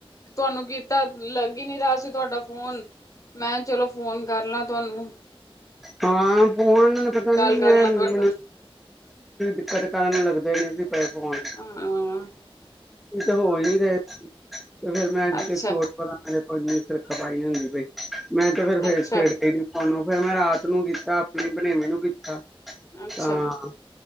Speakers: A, on the left (about 35°); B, in the centre.
A: ਤੁਹਾਨੂੰ ਕੀ ਤ ਲੱਗ ਹੀ ਨੀ ਦਾ ਕੀ ਤਵਾਦਾ ਫੋਨ, ਮੈ ਚਲੋ ਫੋਨ ਕਰਲਾ ਤਵਾ ਤਵਾਂ
B: ਹਾਂ, ਫੋਨ ਪਤਾ ਨੀਂ
A: ਕਰ
B: <unintelligible>
A: ਲਾਂ ਤੁਹਾਡੇ ਨਾਲ
B: ਪਹੁੰਚੇ
A: ਹਾਂ
B: ਇਹ ਤਾਂ ਹੋ ਹੀ ਰਹੇ ਫਿਰ ਮੈ <unintelligible>
A: ਅੱਛਾ
B: ਹਨਿਤਰ ਖਪਾਈ ਹੁੰਦੀ ਪਾਈ ਮੈਂ ਤੇ ਫੇਰ-ਫੇਰ
A: ਅੱਛਾ
B: ਛੇੜ ਤੀ ਸੀ ਫਿਰ ਮੈਂ ਰਾਤ ਨੂੰ ਕੀਤਾ ਆਪਣੀ ਬਣੇਵੇਂ ਨੂੰ ਕੀਤਾ
A: ਅੱਛਾ
B: ਹਾਂ